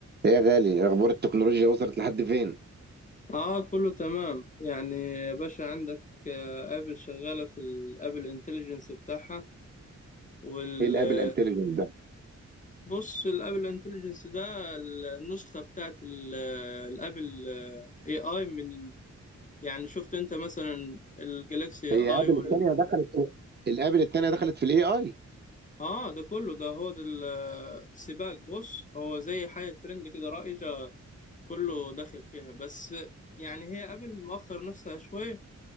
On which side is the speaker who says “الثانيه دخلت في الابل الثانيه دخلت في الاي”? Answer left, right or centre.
Right